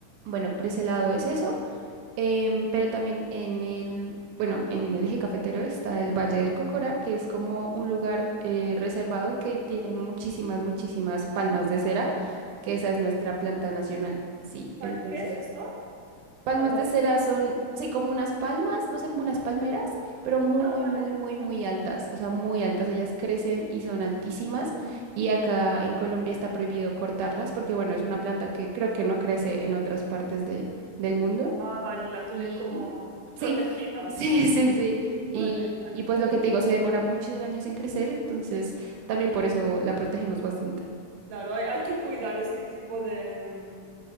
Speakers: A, on the right; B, on the right.
A: bueno, por ese lado es eso. Em, pero también en el, bueno, en el eje cafetero está el Valle del Cocora, que es como un lugar eh, reservado que tiene muchísimas, muchísimas palmas de cera, que esa es nuestra planta nacional. Sí,
B: Pa-
A: entonces,
B: ¿Qué es esto?
A: palmas
B: Palmas
A: de cera
B: de...
A: son, sí, como unas palmas, no sé, como unas palmeras, pero muy,
B: Ah, vale,
A: muy, muy, muy
B: vale.
A: altas, o sea, muy altas. Ellas crecen y son altísimas y acá en Colombia está prohibido cortarlas porque, bueno, es una planta que creo que no crece en otras partes de, del mundo.
B: Ah, vale, la tienen
A: Y,
B: como protegida.
A: Sí, <laughs> sí, sí, sí. Y,
B: Vale, vale,
A: y
B: vale.
A: pues lo que te digo, se demora muchos años en crecer, entonces también por eso la protegemos bastante.
B: Claro, hay, hay que cuidar este tipo de, mm,